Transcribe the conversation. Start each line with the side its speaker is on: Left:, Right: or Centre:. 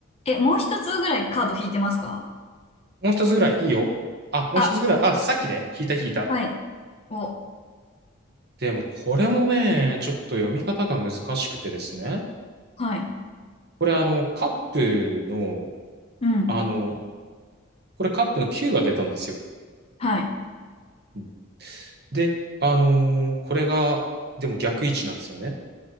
Left: え、もう一つぐらいカード引いてますか
Right: もう一つぐらいいいよ。あ、もう一つぐらい。
Left: あ、
Right: あ、さっきね、引いた引いた。
Left: はい。お、
Right: でも、これもね、ちょっと読み方が難しくてですね。
Left: はい。
Right: これ、あの、カップの、
Left: うん。
Right: あの、これカップの9が出たんですよ。
Left: はい。
Right: うんで、あのーこれが、でも逆位置なんですよね。